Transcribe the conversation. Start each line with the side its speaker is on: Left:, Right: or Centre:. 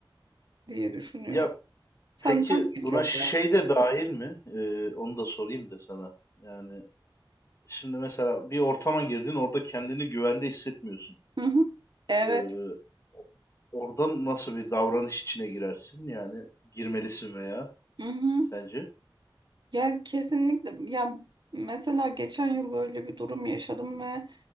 Right: diye düşünüyorum.
Left: Ya
Right: Senden
Left: peki buna
Right: çok
Left: şey de dahil mi? Ee, onu da sorayım da sana. Yani şimdi mesela bir ortama girdin, orada kendini güvende hissetmiyorsun.
Right: Hı hı. Evet.
Left: Ee, oradan nasıl bir davranış içine girersin? Yani girmelisin veya
Right: Hı hı.
Left: sence?
Right: Ya kesinlikle. Ya mesela geçen yıl böyle bir durum yaşadım ve